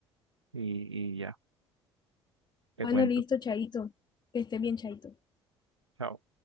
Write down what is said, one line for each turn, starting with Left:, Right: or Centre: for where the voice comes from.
Right: y, y ya, te
Left: Bueno,
Right: cuento.
Left: listo, Chaito. Que esté bien, Chaito.
Right: Chao.